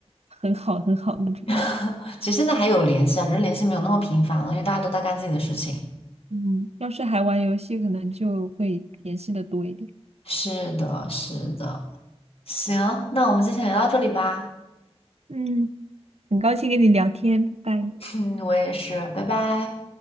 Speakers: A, on the right (about 70°); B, on the left (about 60°).
A: 很好很好那种。
B: <laughs> 其实现在还有联系啊，只是联系没有那么频繁了，因为大家都在干自己的事情。
A: 嗯，要是还玩游戏，可能就会联系的多一点。
B: 是的，是的。行，那我们今天聊到这里吧。
A: 嗯，很高兴跟你聊天，拜拜。
B: <laughs> 嗯，我也是，拜拜。